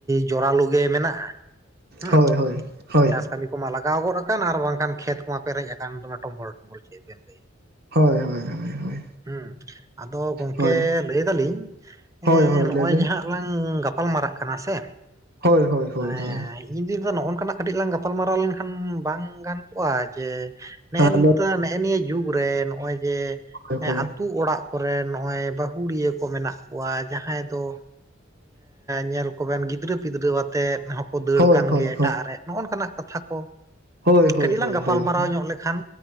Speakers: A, on the right (about 15°); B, on the right (about 50°).
A: ᱡᱚᱨᱟᱞᱳ ᱢᱮᱱᱟᱜᱼᱟ ᱦᱩᱸ
B: ᱦᱳᱭ ᱦᱳᱭ ᱦᱳᱭ
A: ᱪᱟᱥ ᱠᱟᱹᱢᱤ ᱠᱚᱢᱟ ᱞᱟᱜᱟᱣ ᱜᱚᱫ ᱟᱠᱟᱱ ᱟᱨ ᱵᱟᱝᱠᱷᱟᱱ ᱠᱷᱮᱛ ᱠᱚᱢᱟ ᱯᱮᱨᱮᱡ ᱟᱠᱟᱱ ᱴᱚᱢᱵᱚᱞ ᱴᱚᱢᱵᱚᱞ ᱪᱮᱫ ᱵᱮᱱ ᱞᱟᱹᱭᱟ?
B: ᱦᱳᱭ ᱦᱳᱭ ᱦᱳᱭ
A: ᱦᱩᱸ ᱟᱫᱚ ᱜᱚᱝᱠᱮ
B: ᱦᱳᱭ
A: ᱠᱮ ᱞᱟᱹᱭ ᱫᱟᱞᱤᱧ
B: ᱦᱳᱭ
A: ᱮᱸ
B: ᱦᱳᱭ
A: ᱱᱚᱜᱼᱚᱭ
B: ᱞᱟᱹᱭ ᱵᱤᱱ
A: ᱡᱟᱦᱟᱸᱜ ᱞᱟᱝ ᱜᱟᱯᱟᱞ ᱢᱟᱨᱟᱜ ᱠᱟᱱᱟ ᱥᱮ
B: ᱦᱳᱭ ᱦᱳᱭ ᱦᱳᱭ
A: <unintelligible>
B: ᱦᱳᱭ
A: ᱤᱧ ᱫᱤᱱ ᱫᱩᱧ ᱱᱚᱜᱼ ᱱᱚᱝᱠᱟ ᱱᱟᱜ ᱠᱟᱹᱴᱤᱡ ᱞᱟᱝ ᱜᱟᱯᱟᱞᱢᱟᱨᱟᱣ ᱞᱮᱱᱠᱷᱟᱱ ᱵᱟᱝ ᱜᱟᱱ ᱠᱚᱚᱜᱼᱟ ᱡᱮ ᱱᱮᱜᱼ
B: ᱦᱳᱭ ᱦᱳᱭ
A: ᱱᱮᱜᱼᱮ ᱱᱤᱭᱟᱹ ᱡᱩᱜᱽ ᱨᱮ ᱱᱚᱜᱼᱚᱭ ᱡᱮ
B: ᱦᱳᱭ
A: ᱟᱹᱛᱩ ᱚᱲᱟᱜ ᱠᱚᱨᱮ ᱱᱚᱜᱼᱚᱭ ᱵᱟᱹᱦᱩᱲᱤᱭᱟᱹ ᱠᱚ ᱢᱮᱱᱟᱜ ᱠᱚᱣᱟ ᱡᱟᱦᱟᱸᱭ ᱫᱚ ᱧᱮᱞ ᱠᱚ ᱵᱮᱱ ᱜᱤᱫᱽᱨᱟᱹ ᱯᱤᱫᱽᱨᱟᱹ ᱟᱛᱮᱜ ᱦᱚᱸᱠᱚ ᱫᱟᱹᱲ
B: ᱦᱳᱭ
A: ᱠᱟᱱ
B: ᱦᱳᱭ
A: ᱜᱮ ᱮᱴᱟᱜ
B: ᱦᱳᱭ
A: ᱨᱮ ᱱᱚᱜᱼᱚ ᱱᱚᱠᱟᱱᱟᱜ ᱠᱟᱛᱷᱟ ᱠᱚ᱾
B: ᱦᱳᱭ ᱦᱳᱭ
A: ᱠᱟᱹᱴᱤᱡ
B: ᱦᱳᱭ
A: ᱞᱟᱝ ᱜᱟᱯᱟᱞᱢᱟᱨᱟᱣ
B: ᱦᱳᱭ
A: ᱧᱚᱜ ᱞᱮᱠᱷᱟᱱ